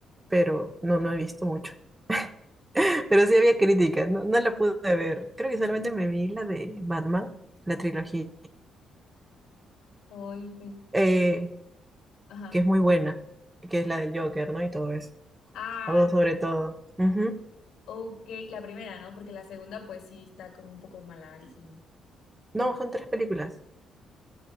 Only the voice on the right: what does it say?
pero no, no he visto mucho. <laughs> Pero sí había críticas, no, no la pude ver. Creo que solamente me vi la de Batman, la trilogía
eh,
que es muy buena, que es la del Joker, ¿no? Y todo eso.
La dos sobre todo. Ujú.
No, son tres películas.